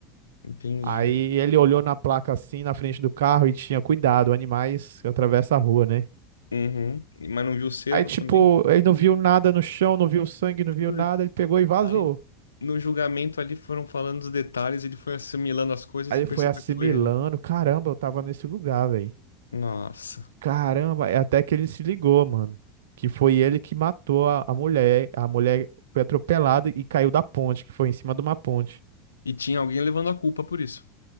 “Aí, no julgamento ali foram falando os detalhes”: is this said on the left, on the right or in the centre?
Left